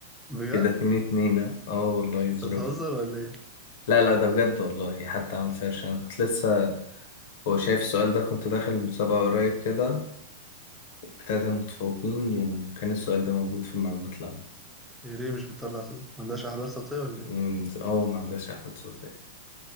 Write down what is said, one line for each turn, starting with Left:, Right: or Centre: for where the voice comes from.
Centre: بجد؟
Left: كده اتنين اتنين ها؟ اه والله الزرافة
Centre: أنت بتهزر ولا إيه؟
Left: لا لا ده بجد والله حتى عملت سيرش انا كنت لسه هو شايف السؤال ده كنت داخل المسابقة قريب كده بتاعت المتفوقين وكان السؤال ده موجود في المعلومات العامة
Centre: هي ليه مش بتطلع صوت؟ ما عندهاش أحبال صوتية ولا إيه؟
Left: أمم، اه ما عندهاش أحمد صوتية